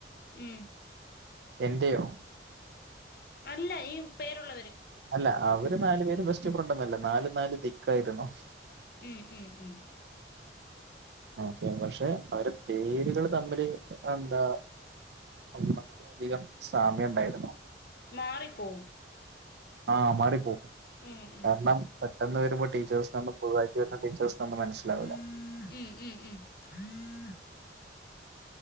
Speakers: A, on the left; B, on the right.
A: മ്.
B: എന്റെയോ?
A: അല്ല ഈ പേരുള്ളവര്-
B: അല്ല അവര് നാലു പേരും ബെസ്റ്റ്ഫ്രണ്ടൊന്നല്ല നാല് നാല് ദിക്കായിരുന്നാ-
A: മ മ് മ്
B: ഓക്കെ പക്ഷെ അവരെ പേരുകൾ തമ്മില് അതെന്താ ങ്ങനെ <unintelligible> യധികം സാമ്യം ഉണ്ടായിരുന്നു
A: മാറിപ്പോവും
B: ആഹ് മാറി പോവും.
A: ഉം ഉം
B: കാരണം
A: ഉം
B: പെട്ടെന്ന് വരുമ്പോൾ ടീച്ചേഴ്സ് <unintelligible> പൊതുവായിറ്റ് വരുന്ന ടീച്ചേഴ്സിനമ്മൾ മനസ്സിലാവില്ല
A: മ്ം മ്ം മ്മ്